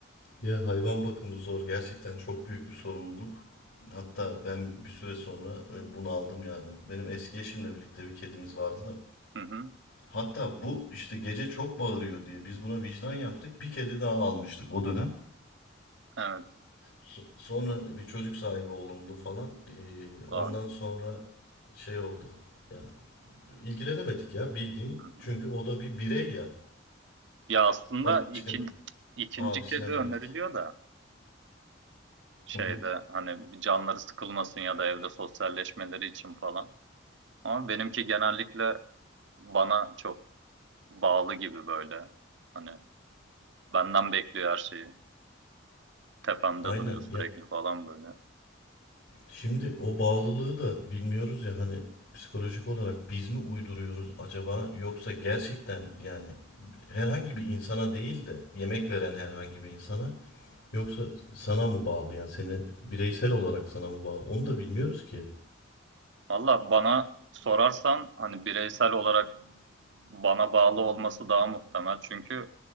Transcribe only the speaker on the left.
Ya hayvan bakımı zor. Gerçekten çok büyük bir sorumluluk. Hatta ben bir süre sonra e, bunu aldım yani. Benim eski eşimle birlikte bir kedimiz vardı da.
Hatta bu işte gece çok bağırıyor diye biz buna vicdan yaptık. Bir kedi daha almıştık o dönem.
So- Sonra bir çocuk sahibi olundu falan. E, ondan
sonra şey oldu. Ya ilgilenemedik ya bildiğin.
Çünkü o da bir birey ya.
Başka
abisine
verdik.
Hı hı.
Aynen
ya
Şimdi o bağlılığı da bilmiyoruz ya hani psikolojik olarak biz mi uyduruyoruz acaba yoksa gerçekten yani herhangi bir insana değil de yemek veren herhangi bir insana yoksa sana mı bağlı yani seni bireysel olarak sana mı bağlı onu da bilmiyoruz ki.